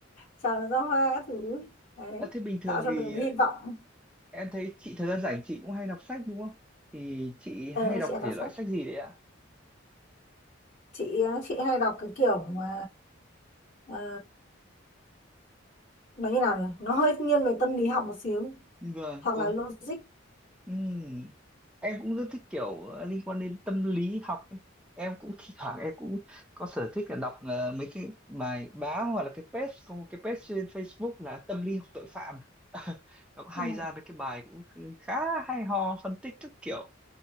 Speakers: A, on the left (about 45°); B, in the centre.
A: chờ nó ra hoa các thứ đấy
B: à, thế bình thường
A: tạo cho
B: thì
A: mình
B: ờ,
A: hy vọng
B: em thấy chị thời gian rảnh chị cũng hay đọc sách đúng không thì chị
A: ờ,
B: hay đọc
A: chị hay
B: thể
A: đọc
B: loại
A: sách
B: sách gì đấy ạ
A: chị ờ, chị hay đọc cái kiểu mà ờ, nó như nào nhỉ nó hơi nghiêng về tâm lý học một xíu
B: vâng
A: hoặc
B: ôi
A: là logic
B: ừ em cũng rất thích kiểu ờ, liên quan đến tâm lý học ấy. em cũng thi thoảng em cũng có sở thích là đọc ờ, mấy cái bài báo hoặc là cái page có một cái page trên Facebook là tâm lý học tội phạm <laughs> nó có hay
A: ừ.
B: ra mấy cái bài cũng khá hay ho phân tích các kiểu